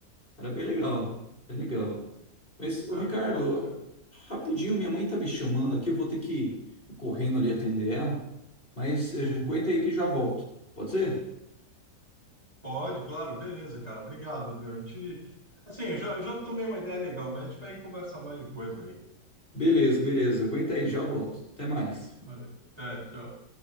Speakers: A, on the left (about 35°); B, on the right (about 25°).
A: Era bem legal,
B: uhum.
A: bem legal. Mas,
B: Ah,
A: ô Ricardo,
B: legal, cara.
A: rapidinho, minha mãe tá me chamando aqui, eu vou ter que ir correndo ali atender ela. Mas eh,
B: Uhum.
A: aguenta aí que já volto. Pode ser?
B: Pode, claro, beleza, cara. Obrigado, meu. A gente. Assim, eu já, eu já tomei uma ideia legal, mas a gente pega e conversa mais depois aí.
A: Beleza, beleza. Aguenta aí, já volto. Até mais.
B: Valeu. Até, tchau.